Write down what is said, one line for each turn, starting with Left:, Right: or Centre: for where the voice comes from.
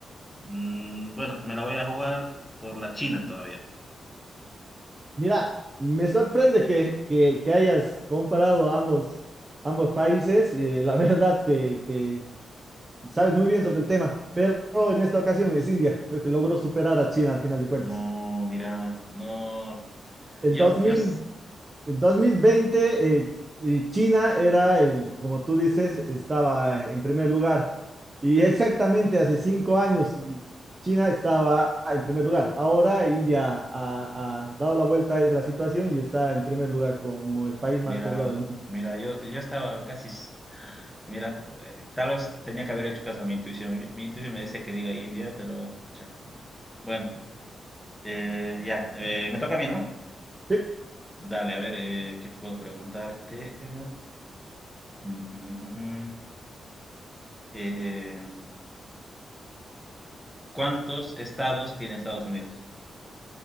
Centre: Mm, bueno, me la voy a jugar por la China todavía.
Right: mira, me sorprende que, que, que hayas comparado ambos, ambos países. eh, la <laughs> verdad que, que sabes muy bien sobre el tema, pero en esta ocasión es India. Creo que logró superar a China al final de cuentas.
Centre: No, mira, no.
Right: El
Centre: Yo,
Right: dos mil
Centre: yo, s-
Right: El 2020, eh, eh, China era el, como tú dices, estaba en primer lugar. Y exactamente hace cinco años, China estaba en primer lugar. Ahora India ha, ha dado la vuelta a la situación y está en primer lugar como el país
Centre: mira,
Right: más poblado del mundo.
Centre: mira, yo, yo estaba casi, s- mira, eh, tal vez tenía que haber hecho caso a mi intuición. Yo- Mi intuición me decía que diga India, pero, pucha. Bueno, eh, ya, eh, me toca a mí, ¿no?
Right: Sí.
Centre: Dale, a ver, eh, ¿qué puedo preguntarte? Eh, ujú, ujú, ujú. eh, ¿cuántos estados tiene Estados Unidos?